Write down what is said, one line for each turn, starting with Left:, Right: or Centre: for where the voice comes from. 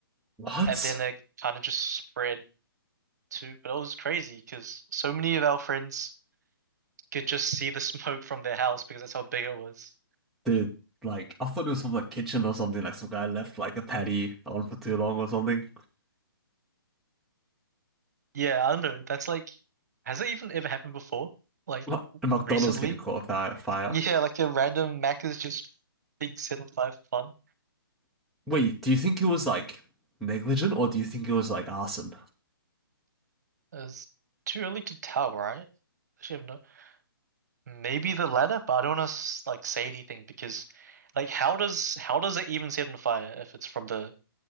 Centre: What?
Right: And then it kind of just spread to, but it was crazy because so many of our friends could just see the <laughs> smoke from their house because that's how big it was.
Centre: Dude, like I thought it was from the kitchen or something, like some guy left like a patty on for too long or something.
Right: Yeah, I don't know. That's like, has it even ever happened before? Like
Centre: What? The McDonald's
Right: recently?
Centre: getting caught on fire fire.
Right: Yeah, like a random Mac is just being set on fire for fun.
Centre: Wait, do you think it was like negligent or do you think it was like arson?
Right: It's too early to tell, right? I should have known. Maybe the latter, but I don't want to like say anything because, like, how does how does it even set on fire if it's from the